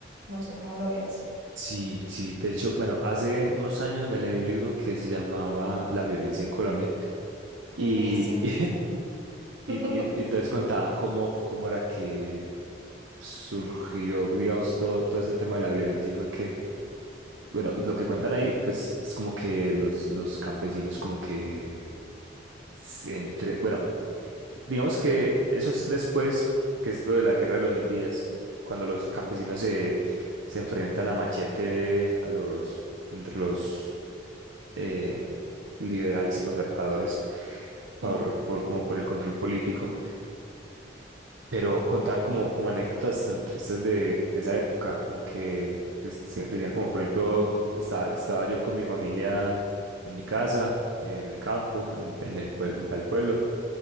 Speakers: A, on the right; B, on the right.
A: No sé cómo lo veas.
B: Sí, sí, de hecho, bueno, hace unos años me leí un libro que se llamaba La violencia en Colombia y,
A: Ok, sí.
B: <laughs> y, y-
A: <laughs>
B: y entonces contaban cómo, cómo era que surgió, digamos, todo, todo ese tema de la violencia y fue que, bueno, lo que cuentan ahí, pues es como que los, los campesinos como que se entre, bueno, digamos que eso es después, que es lo de la Guerra de los Mil Días, cuando los campesinos se, se enfrentan a machete a los, entre los eh, liberales y conservadores por,
A: Sí,
B: por- como por el control político, pero contaban como, como anécdotas tan tristes de, de esa época, como que pues, decía- decían como, por ejemplo,
A: mm.
B: estaba, estaba yo con mi familia en mi casa, en el campo, en, en el, pueblo- en tal pueblo,